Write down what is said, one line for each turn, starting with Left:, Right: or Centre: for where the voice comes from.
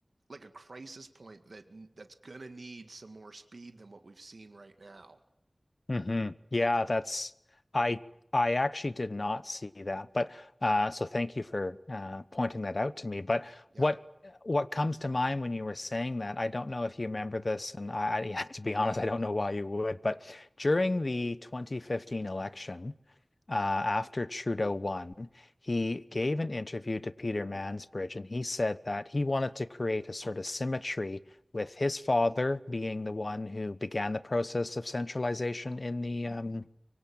Right: like a crisis point that that's gonna need some more speed than what we've seen right now.
Left: hmm Yeah, that's I I actually did not see that. But uh so thank you for uh pointing that out to me. But
Right: Yep.
Left: what what comes to mind when you were saying that, I don't know if you remember this, and I, I <laughs> yeah, to be honest, I don't know why you would, but during the 2015 election, uh, after Trudeau won, he gave an interview to Peter Mansbridge, and he said that he wanted to create a sort of symmetry with his father being the one who began the process of centralization in the um,